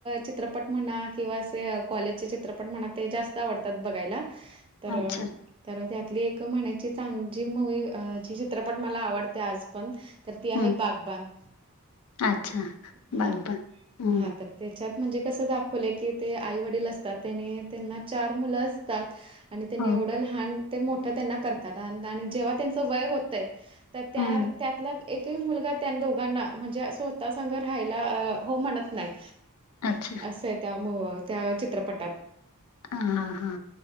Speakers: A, on the right (about 25°); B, on the left (about 70°).
A: चित्रपट म्हणा किंवा असे कॉलेजचे चित्रपट म्हणा ते जास्त आवडतात बघायला. तर
B: अच्छा
A: तर त्यातली एक महिन्याची चांग ज मूवी ज चित्रपट मला आवडते आज पण तर ती आहे
B: हम्म
A: बागबान
B: अच्छा
A: हा
B: बर बर हम्म
A: हा तर त्याच्यात म्हणजे कसं दाखवलं की ते आई वडील असतात त्यांनी त्यांना चार मुलं असतात. आणि त्यांनी
B: हो
A: एवढं लहान ते मोठं त्यांना करतात आणि जेव्हा त्यांच वय होतंय. तर त्या
B: हम्म
A: त्यातला. एक मुलगा त्या दोघांना म्हणजे स्वतः संघ राहायला हो म्हणत नाहीत.
B: अच्छा
A: असं आहे त्या त्या चित्रपटात
B: हां हां